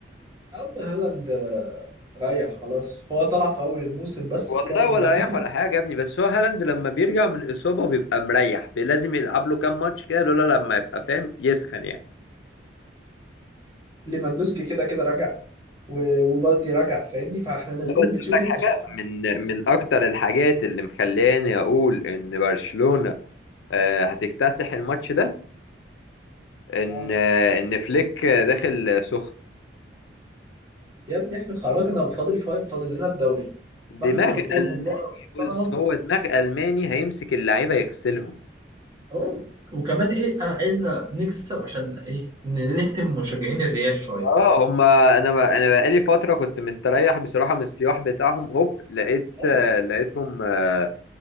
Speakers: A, on the right; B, on the left.
A: يا عم هالاند آه، ريح خلاص هو طلع في اول الموسم بس
B: والله
A: بكام
B: ولا
A: هاتريك
B: رايح ولا حاجه يا ابني بس هو هالاند لما بيرجع من اصابه بيبقى مريح بي- لازم يلعب له كام ماتش كده لولا لما يبقى فاهم يسخن يعني
A: ليفاندوسكي كده كده راجع و- وبالدي راجع فاهمني فاحنا نازلين
B: لا بس
A: بشبه
B: اقول لك
A: التشكيله
B: حاجه من من اكتر الحاجات اللي مخلاني اقول ان برشلونه آه، هتكتسح الماتش ده ان
A: آه.
B: آه، ان فليك داخل سخن
A: يا ابني احنا خرجنا فاضل فايف فاضل لنا الدوري
B: دماغ
A: فاحنا هنطورهم
B: الماني
A: بقرة محترمة
B: بص هو دماغ الماني هيمسك اللعيبه يغسلهم
A: اه وكمان ايه انا عايزنا نكسب عشان ايه ن- نكتم مشجعين الريال شوية
B: اه هما انا ما انا بقالي فتره كنت مستريح بصراحه من السياح بتاعهم هوب لقيت
A: اه
B: آه، لقيتهم آه،